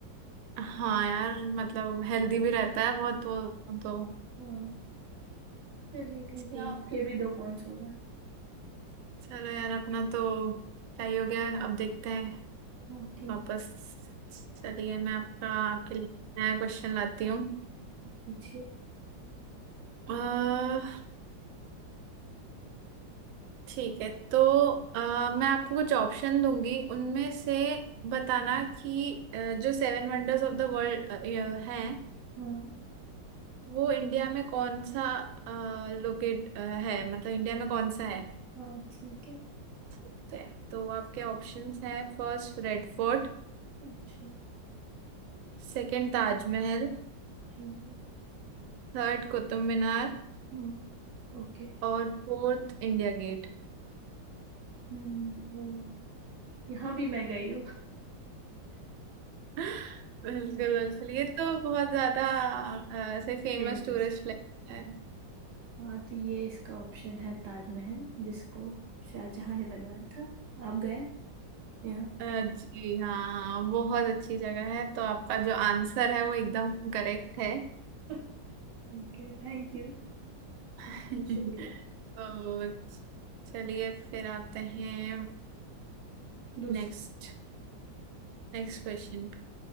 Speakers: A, on the right; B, on the right.
A: हाँ यार मतलब हेल्दी भी रहता है बहुत वो तो
B: हाँ चलिए ठीक
A: ठीक
B: है आपके भी दो पॉइंट्स हो गए
A: चलो यार अपना तो तय हो गया अब देखते हैं
B: हाँ ठीक
A: वापस चलिए मैं आपका आपके लिए नया क्वेश्चन लाती हूँ
B: पूछिए
A: अ, ठीक है तो अ, मैं आपको कुछ ऑप्शन दूंगी उनमें से बताना कि अ, जो seven wonders of the world हैं
B: हाँ
A: वो इंडिया में कौन सा लोकेट है मतलब इंडिया में कौन सा है
B: हाँ ठीक है
A: तो तो आपके ऑप्शंस हैं first red fort
B: अच्छा
A: Second Taj Mahal
B: ठीक है
A: Third Qutub Minar
B: हम्म ओके
A: और फोर्थ इंडिया गेट
B: हम्म तो यहाँ भी मैं गई
A: <laughs> बिल्कुल
B: हूँ
A: बिल्कुल ये तो बहुत ज्यादा अ, ऐसे फेमस
B: फेमस
A: टूरिस्ट प्लेस है
B: हम्म। हाँ तो ये इसका ऑप्शन है ताजमहल जिसको शाहजहां ने बनवाया था आप गए यहाँ
A: अ, जी हाँ हाँ, बहुत अच्छी जगह है तो आपका जो आंसर है वो एकदम करेक्ट है
B: <laughs> Okay thank you
A: <laughs>
B: बहुत शुक्रिया
A: तो चलिए फिर आते हैं
B: दूसरे
A: नेक्स्ट नेक्स्ट क्वेश्चन पे